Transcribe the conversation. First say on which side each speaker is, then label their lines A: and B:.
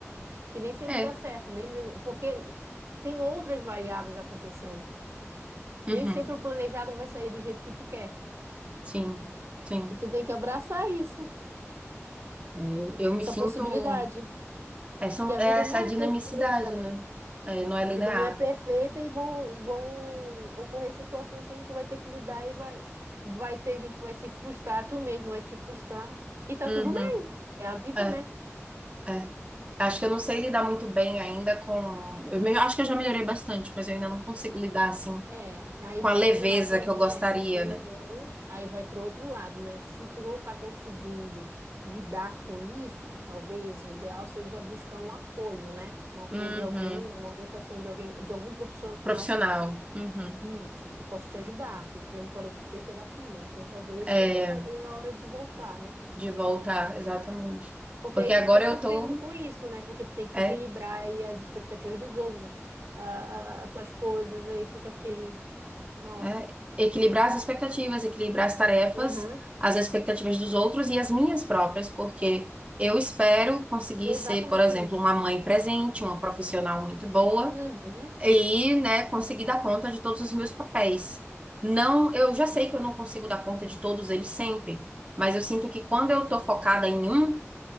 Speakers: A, on the right; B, on the right.
A: que nem sempre
B: É.
A: dá certo, nem, nem- porque tem outras variáveis acontecendo. Nem
B: Uhum.
A: sempre o planejado vai sair do jeito que tu quer.
B: Sim, sim.
A: E tu tem que abraçar isso,
B: É, Eu
A: essa
B: me sinto.
A: possibilidade,
B: É, são,
A: que a
B: é
A: vida
B: essa
A: não é
B: dinamicidade,
A: perfeita, né?
B: né? É, não é
A: Que
B: linear.
A: a vida não é perfeita e vão, vão ocorrer situações que a gente vai ter que lidar e vai, vai ter gente que vai se frustrar, tu mesmo vai te frustrar. E tá
B: Uhum.
A: tudo bem, é a vida,
B: É,
A: né?
B: é. Acho que eu não sei lidar muito bem ainda com. Eu me- acho que eu já melhorei bastante, mas eu ainda não consigo lidar assim
A: É, aí
B: com
A: vai
B: a leveza
A: para um lado aí,
B: que eu gostaria,
A: né? Uhum.
B: né?
A: Aí vai para outro lado, né? Se tu não tá conseguindo lidar com isso, talvez o ideal seja buscar um apoio, né? Um apoio
B: Uhum.
A: de alguém, uma orientação de alguém, de algum profissional.
B: Profissional. Uhum.
A: Isso, que possa te ajudar, porque tu já me falou que tu fez terapia, então talvez
B: É,
A: seja talvez a hora de voltar, né?
B: de voltar, exatamente.
A: Porque
B: Porque
A: aí
B: agora
A: tu fica sofrendo
B: eu tô.
A: com isso, né? Porque tu tem que
B: é,
A: equilibrar aí as expectativas dos outros, a- a- as tuas coisas, aí fica aquele, nossa.
B: né? Equilibrar as expectativas, equilibrar as tarefas,
A: Aham.
B: as expectativas dos outros e as minhas próprias, porque eu espero conseguir
A: Exatamente
B: ser, por exemplo,
A: isso.
B: uma mãe presente, uma profissional muito boa
A: Uhum,
B: e, né, conseguir dar conta de todos os meus papéis. Não, eu já sei que eu não consigo dar conta de todos eles sempre, mas eu sinto que quando eu estou focada em um,